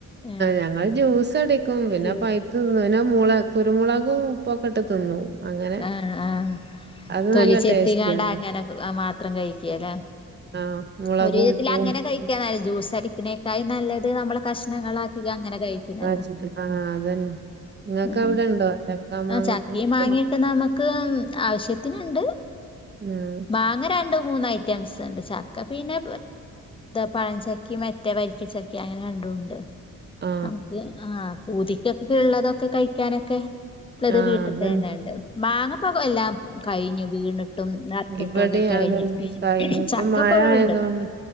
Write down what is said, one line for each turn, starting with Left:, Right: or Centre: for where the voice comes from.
Left: ആഹ്
Right: ഞങ്ങള് ജ്യൂസ് അടിക്കും പിന്നെ
Left: ജ്യൂ
Right: പ തിന്നും. പിന്നെ കുരുമുളകും ഉപ്പൊക്കെട്ട് തിന്നും അങ്ങനെ.
Left: ആഹ് ആഹ്.
Right: അത്
Left: തൊലിച്ചെത്തിങ്ങാണ്ടാ
Right: നല്ല ടേസ്റ്റിയാണ്
Left: അങ്ങനെ മാത്രം കഴിക്കലെ.
Right: ആഹ് മുളകും
Left: ഒരു വിധത്തിൽ
Right: ഉപ്പും
Left: അങ്ങനെ കഴിക്കാ നല്ലത്. ജ്യൂസ് അടിക്കണേക്കായി നല്ലത് നമ്മള്. കഷ്ണങ്ങളാക്കി അങ്ങനെ കഴിക്കുന്നതാ
Right: ആ ചിത് ആ അതന്നെ നിങ്ങൾക്ക്
Left: ഉം.
Right: അവിടെ
Left: ഉം
Right: ഉണ്ടോ ചക്ക മാങ്ങൊക്കെ
Left: ആ ചക്കിം മാങ്ങ്യാെക്കെ
Right: ആ
Left: നമക്ക് ആവശ്യത്തിന് ഇണ്ട്.
Right: ഉം
Left: മാങ്ങ രണ്ട് മൂന്ന് ഐറ്റംസ്ണ്ട് ച ക്ക പിന്നെ പഴചക്കിം എന്താ മറ്റെ വരിക്കച്ചക്ക അങ്ങനെ രണ്ടും ഇണ്ട്.
Right: ആ
Left: അൻക്ക്. ആഹ് പൂതിക്കൊക്കെ ഇള്ളതൊക്കെ കഴിക്കാനൊക്കെ ത്ള്ളത്
Right: ആ
Left: വീട്ട്ത്തന്നെണ്ട്.
Right: അതന്നെ
Left: മാങ്ങ ഇപ്പ എല്ലാം കഴിഞ്ഞു വീണിട്ടും നടുത്തിട്ടും
Right: ഇവിടിം
Left: ഒക്കെ കഴിഞ്ഞു
Right: അത <unintelligible> കഴിഞ്ഞപ്പം
Left: ചക്കപ്പഴം
Right: മഴആയതോണ്ട്.
Left: ഉണ്ട്